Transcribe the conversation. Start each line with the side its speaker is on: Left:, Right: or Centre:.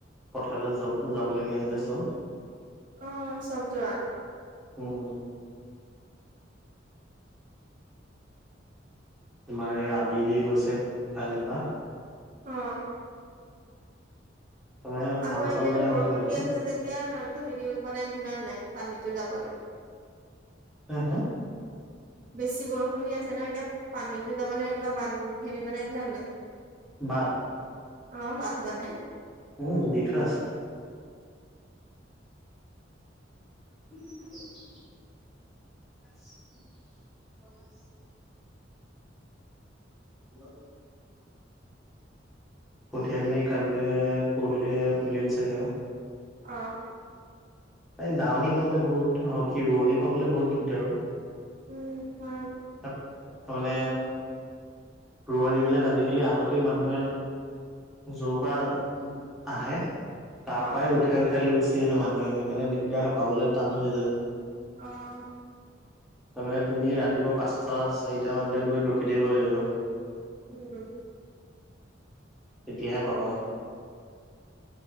Centre: পথাৰত য - যাবলগীয়া যে চব।
Right: অ, চব যোৱা।
Centre: উম তমাৰ এই আলি দি হৈছে কাইলৈ পৰা।
Right: অ',
Centre: তাৰমানে
Right: আকৌ
Centre: হাল
Right: এতিয়াতো
Centre: চাল বাই
Right: বৰষুণ
Centre: হৈ গ'ল আৰু
Right: দি আছে যেতিয়া তোমালোকে হেৰি উম, ব নাই নিদিনা নাই পানীতো যাবলৈ।
Centre: হা - হা?
Right: বেছি বৰষুণ দি আছে ন এতিয়া পানীটো যাবলৈ এনেকুৱা বান হেৰি বনাই দিলা নাই।
Centre: বাদ
Right: অ, ভাত বানে।
Centre: উম, দি থোৱা আছে। <unintelligible> ব। <unintelligible> কঠীয়াখিনি কাইলৈ পঢহিলে তুলিম চাগৈ আৰু।
Right: অ',
Centre: এই দাৱনী পাবলৈ বহুত কি ৰোৱনী পাবলৈ বহুত দিগদাৰ আৰু।
Right: উম, হয়।
Centre: তাৰমানে ৰোৱনী বিলাক আজিকালি আগতেই মানুহে যোৰ পৰা আহে। তাৰ
Right: অ
Centre: পাই উঠাই - উঠাই লৈ গুচি আহে মানুহে সেইকাৰণে দিগদাৰ হৈ পাবলৈ টান হৈ যায়।
Right: অ',
Centre: তাৰমানে তুমি ৰাতিপুৱা পাঁচটা চাৰিটা মানতে গৈ ৰখি থাকিব লাগিব।
Right: উম,
Centre: তেতিয়াহে পাবা।